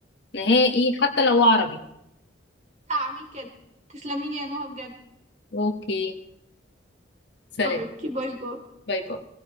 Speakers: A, on the left (about 60°); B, on the right (about 35°).
A: نهائي حتى لو عربي
B: هعمل كده تسلميلي يا نهى بجد
A: اوكي سلام
B: حبيبتي باي باي
A: باي باي